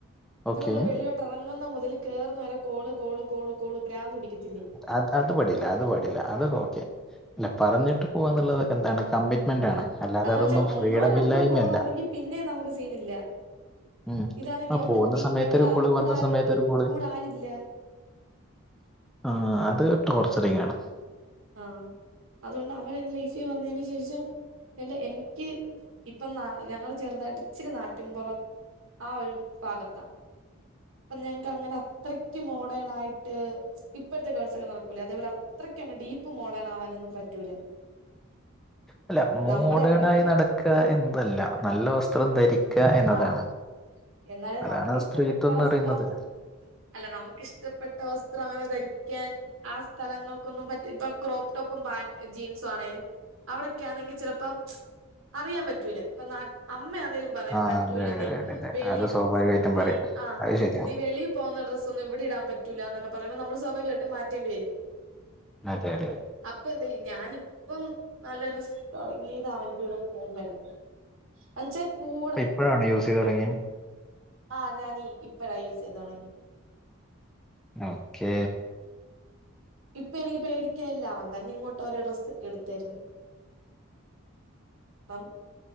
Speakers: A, on the right; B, in the centre.
A: ഇപ്പൊ
B: ഓക്കെ
A: നമ്മൾ വെളിലോട്ട് ഉറങ്ങുന്ന മുതൽ കേറുന്ന വരെ കോള് കോള് കോള് കോള് പ്രാന്തു പിടിക്കത്തില്ലേ
B: അത അത് പടിയില്ല അത് പാടിയില്ല അതൊക്കെ ഓക്കെ അല്ല പറഞ്ഞിട്ട് പോവാന്നുള്ളതൊക്കെ എന്താണ് കമ്മിറ്റ്മെന്റ് അത്
A: ആഹ്.
B: കൊണ്ടാണ് അല്ലാതെ
A: എന്ന്
B: അതൊന്നും
A: വെച്ചാ ഒന്നോ
B: ഫ്രീഡമില്ലായ്മ
A: രണ്ടോ കോളാണെങ്കി
B: അല്ല
A: പിന്നേം നമുക്ക് സീനില്ല.
B: ഉം
A: ഇതാണെങ്കി
B: ആ
A: എവിടെത്തി
B: പോകുന്ന സമയത്തൊരു
A: എവിടാ
B: കോള്
A: കൂടെ
B: വന്ന
A: ആരുണ്ട്
B: സമയത്തൊരു കോള്
A: കൂടെ ആരില്ല
B: ആ അത് ടോർച്ചറിങ്ങാണ്
A: ആഹ അതുകൊണ്ട് അവന് എന്റെ ലൈഫിൽ വന്നതിന് ശേഷം എല്ല എനിക്ക് ഇപ്പൊ ന ഞങ്ങള് ചെറുതായിട്ട് ഇച്ചിരി നാട്ടിൻപുറം ആ ഒരു ഭാഗത്ത അപ്പൊ ഞങ്ങക്ക് അങ്ങനെ അത്രക്ക് മോഡേണായിട്ട് ഇപ്പോഴത്തെ ഗേൾസ് ഒക്കെ നടക്കൂലെ അതേപോലെ അത്രക്കങ്ങട്ട് ഡീപ്പ് മോഡേൺ ആവാനൊന്നും പറ്റൂല
B: അല്ല മോഡേണായി
A: നമ്മളെവിടൊക്കെ
B: നടക്കു എന്നതല്ല നല്ല വസ്ത്രം ധരിക്ക എന്നതാണ്
A: ആഹ് എന്നാലും
B: അതാണ്
A: നമുക്കിഷ്ടപ്പെട്ട
B: സ്ത്രീത്വം എന്ന്
A: വസ്ത്രം
B: പറയുന്നത്
A: അല്ല നമുക്കിഷ്ടപ്പെട്ട വസ്ത്രം അങ്ങനെ ധരിക്കാൻ ആ സ്ഥലങ്ങൾക്കൊന്നും പറ്റ് ഇപ്പ ക്രോപ്പ് ടോപ്പും പാന്റും ജീൻസും ആണേലും അവിടൊക്കൊണെങ്കിൽ ചെലപ്പം അറിയാൻ പറ്റൂല ഇപ്പ അമ്മണലും പറയാം
B: ആ
A: പറ്റൂല
B: അതെ അതെ
A: നീ
B: അതെ അതെ അതെ
A: വെളി
B: അത് സ്വാഭാവികമായിട്ടും
A: നീ
B: പറയും
A: ആ
B: അത് ശരിയാണ്
A: നീ വെളീ പോന്ന ഡ്രസ് ഒന്നും ഇവിടെ ഇടാൻ പ റ്റൂലന്നൊക്കെ പറയുമ്പോ നമ്മള് സ്വാഭാവികായിട്ട് മാറ്റേണ്ടി വരും
B: അതെ അതെ അതെ
A: അപ്പൊ എന്തെയ്യും ഞാന് ഇപ്പം നല്ല ഡ്രസ്സ് ഇട്ട് തുടങ്ങിയത് അവന്റൂടെ പോമ്പഴാ അന്നച്ച കൂട
B: ഇപ്പോഴാണോ യൂസ് ചെയ്ത് തുടങ്ങിയേ
A: ആ ഞാനീ ഇപ്പഴാ യൂസെയ്ത് തുടങ്ങി
B: ഓക്കേ
A: ഇപ്പൊ എനിക്ക് പേടിക്കാല്ല അവൻ തന്നെ ഇങ്ങോട്ട് ഒരു ഡ്രസ്സ് ഒക്കെ എടുത്തരുന്ന് അപ്പം